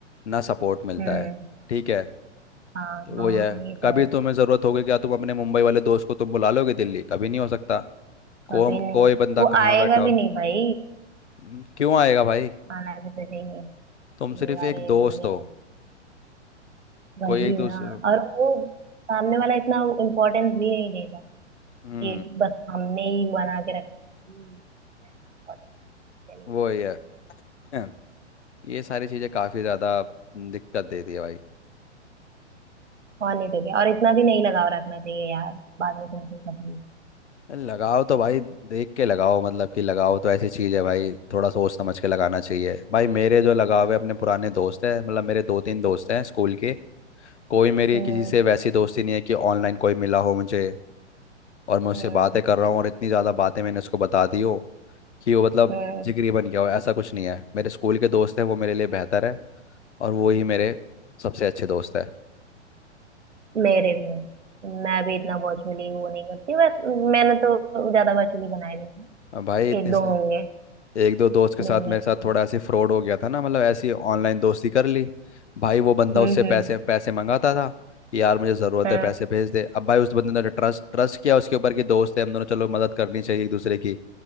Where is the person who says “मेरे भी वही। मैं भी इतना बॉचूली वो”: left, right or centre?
Right